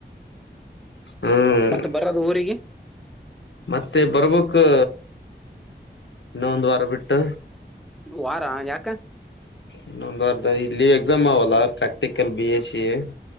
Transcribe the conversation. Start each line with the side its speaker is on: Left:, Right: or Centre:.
Left: ಹ್ಮ್
Centre: ಮತ್ತ ಬರೋದು ಊರಿಗೆ
Left: ಮತ್ತೆ ಬರ್ಬೇಕು. ಇನ್ನ ಒಂದು ವಾರ ಬಿಟ್ಟು.
Centre: ವಾರಾ ಯಾಕ.
Left: ಇನ್ನೊಂದ್ ವಾರದ ಇಲ್ಲಿ ಎಕ್ಸಾಮ್ ಆವಲ್ಲ ಪ್ರಾಕ್ಟಿಕಲ್ ಬಿ ಎಸ್ ಸಿ ಎ.